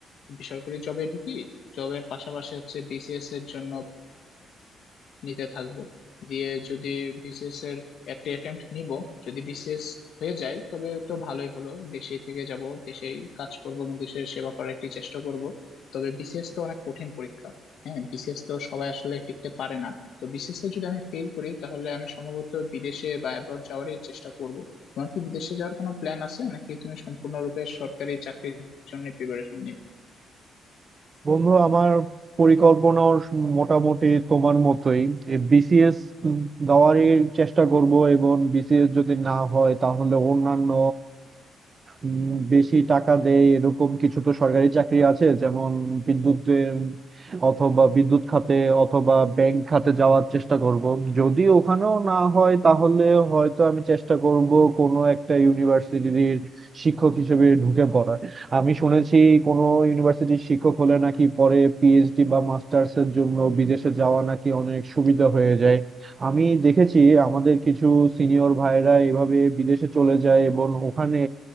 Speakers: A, on the left; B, on the right.
A: বেসরকারি জবে ঢুকি জবের পাশাপাশি হচ্ছে বিসিএস এর জন্য নিতে থাকবো দিয়ে যদি বিসিএস এর একটা অ্যাটেম্প্ট নিব যদি বিসিএস হয়ে যায় তবে তো ভালোই হলো দেশেই থেকে যাব দেশেই কাজ করব এবং দেশের সেবা করার একটি চেষ্টা করব তবে বিসিএস তো অনেক কঠিন পরীক্ষা হ্যাঁ বিসিএস তো সবাই আসলে টিকতে পারে না তো বিসিএস এ যদি আমি ফেল করি তাহলে আমি সম্ভবত বিদেশে বা অ্যাব্রড যাওয়ারই চেষ্টা করব তোমার কি বিদেশে যাওয়ার কোনো প্ল্যান আছে নাকি তুমি সম্পূর্ণরূপে সরকারি চাকরির জন্য প্রিপারেশন
B: বন্ধু আমার পরিকল্পনা মোটামুটি তোমার মতোই বিসিএস দেওয়ারই চেষ্টা করব এবং বিসিএস যদি না হয় তাহলে অন্যান্য উম, বেশি টাকা দেয় এরকম কিছু তো সরকারি চাকরি আছে যেমন বিদ্যুতের অথবা বিদ্যুৎ খাতে অথবা ব্যাংক খাতে যাওয়ার চেষ্টা করব যদি ওখানেও না হয় তাহলে হয়তো আমি চেষ্টা করব কোনো একটা ইউনিভার্সিটির শিক্ষক হিসেবে ঢুকে পড়ার আমি শুনেছি কোনো ইউনিভার্সিটির শিক্ষক হলে নাকি পরে পিএইচডি বা মাস্টার্স এর জন্য বিদেশে যাওয়া নাকি অনেক সুবিধা হয়ে যায় আমি দেখেছি আমাদের কিছু সিনিয়র ভাইরা এভাবে বিদেশে চলে যায় এবং ওখানে